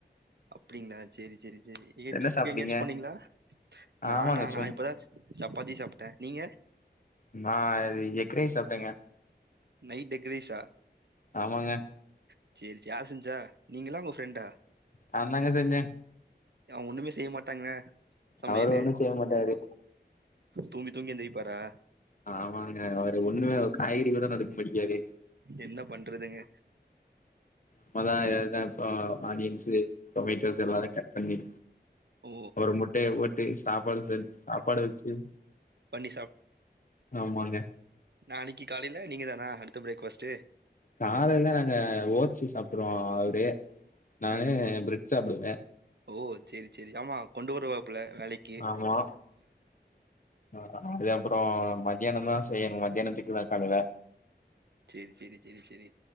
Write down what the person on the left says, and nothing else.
என்ன
சாப்ட்டீங்க
ஆமாங்க
சும்
நா எக்ரைஸ் சாப்ட்டேங்க
ஆமாங்க
நாந்தாங்க செஞ்சே
அவரு ஒன்னு செய்ய மாட்டாரு
ஆமாங்க அவரு ஒண்ணுமே ஒரு காய்கறி கூட நறுக்க மாட்டிங்காரு
நம்மதா எதாதுதா இப்போ ஆனியன்ஸ் டொமேட்டோஸ் எல்லாதயு கட் பண்ணி
ஒரு முட்டைய போட்டு சாப்பாடு செஞ்சி சாப்பாடு வச்சி
ஆமாங்க
காலேலதா நாங்க ஓட்ஸ் சாப்ட்ருவோ அவரு நானு
பிரட் சாப்டுவே
ஆமா ஆ அது அப்பறோ மத்தியானந்தா செய்யணு மத்தியானத்துக்கு தா காலேல